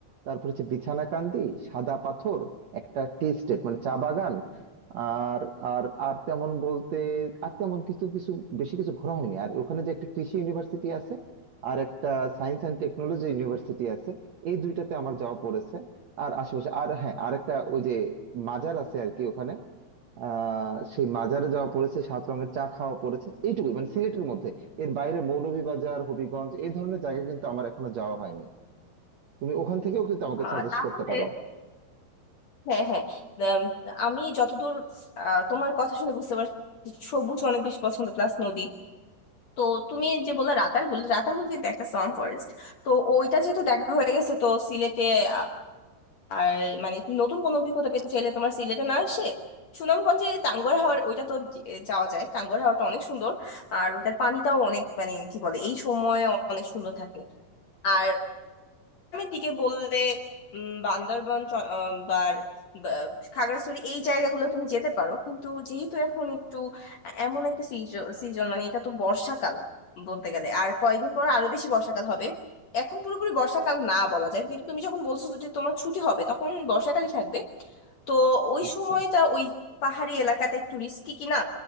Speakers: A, on the right (about 70°); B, on the left (about 65°).
A: তারপর হচ্ছে বিছানাকান্দি সাদা পাথর একটা টি স্টেট মানে চা বাগান আর আর আর তেমন বলতে আর তেমন কিছু কিছু বেশি কিছু ঘোরা হয়নি আর ওখানে যে একটা কৃষি ইউনিভার্সিটি আছে আর একটা সায়েন্স অ্যান্ড টেকনোলজি ইউনিভার্সিটি আছে এই দুইটাতে আমার যাওয়া পড়েছে আর আশেপাশে আর হ্যাঁ আরেকটা ওই যে মাজার আছে আর কি ওখানে আহ সেই মাজারে যাওয়া পড়েছে সাত রঙের চা খাওয়া পড়েছে এইটুকুই মানে সিলেটের মধ্যে এর বাইরে মৌলভীবাজার হবিগঞ্জ এই ধরনের জায়গা কিন্তু আমার এখনো যাওয়া হয়নি তুমি ওখান থেকেও কিন্তু আমাকে
B: আহ,
A: সাজেস্ট
B: তাহলে
A: করতে পারো
B: হ্যাঁ হ্যাঁ উম, আমি যতদূর আহ, তোমার কথা শুনে বুঝতে পারছি সবুজ অনেক বেশি পছন্দ প্লাস নদী তো তুমি যে বললে রাতারগুল রাতারগুল কিন্তু একটা সোয়াম্প ফরেস্ট তো ওইটা যেহেতু দেখা হয়ে গেছে তো সিলেটে আ- আর মানে নতুন কোনো অভিজ্ঞতা পেতে চাইলে তোমার সিলেটে না আসে সুনামগঞ্জে টাঙ্গুয়ার হাওর ওইটা তো যে- যাওয়া যায় টাঙ্গুয়ার হাওরটা অনেক সুন্দর আর ওটার পানিটাও অনেক মানে কি বলে এই সময়ে অনেক সুন্দর থাকে আর গ্রামের দিকে বললে উম, বান্দরবান চ- আহ, বা বা খাগড়াছড়ি এই জায়গাগুলো তুমি যেতে পারো কিন্তু যেহেতু এখন একটু এমন একটা সিজন সিজন মানে এটা তো বর্ষাকাল বলতে গেলে আর কয়েকদিন পর আরো বেশি বর্ষাকাল হবে এখন পুরোপুরি বর্ষাকাল না বলা যায় কিন্তু তুমি যখন বলছো যে তোমার ছুটি হবে তখন বর্ষাকালই থাকবে তো ওই
A: আচ্ছা
B: সময়টা ওই পাহাড়ি এলাকাটা একটু রিস্কি কিনা